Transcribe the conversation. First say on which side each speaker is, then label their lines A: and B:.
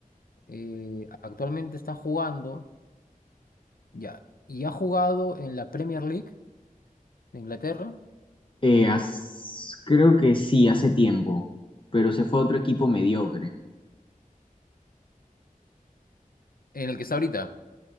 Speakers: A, on the left; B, on the left.
A: eh, actualmente está jugando, ya, y ha jugado en la Premier League de Inglaterra,
B: Eh, as- creo que sí, hace tiempo, pero se fue a otro equipo mediocre.
A: en el que está ahorita.